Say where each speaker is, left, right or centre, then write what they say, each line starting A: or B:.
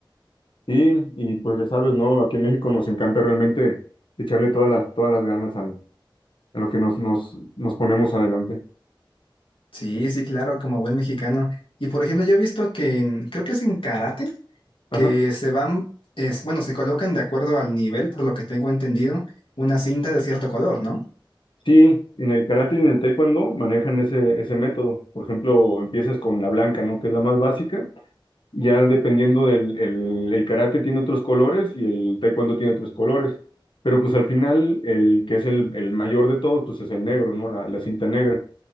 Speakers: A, on the left (about 70°); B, on the left (about 85°).
A: sí, y pues ya sabes, ¿no? Aquí en México nos encanta realmente echarle todas las, todas las ganas al- a lo que nos, nos, nos ponemos adelante.
B: Sí, sí, claro, como buen mexicano. Y por ejemplo, yo he visto que en- creo que es en karate
A: Ajá.
B: que se van, es, bueno, se colocan de acuerdo al nivel, por lo que tengo entendido, una cinta de cierto color, ¿no?
A: Sí, en el karate y en el taekwondo manejan ese, ese método. Por ejemplo, empiezas con la blanca, ¿no? Que es la más básica, Ya dependiendo del el, el karate tiene otros colores y el taekwondo tiene otros colores. Pero pues al final el que es el, el mayor de todos, pues es el negro, ¿no? La, la cinta negra,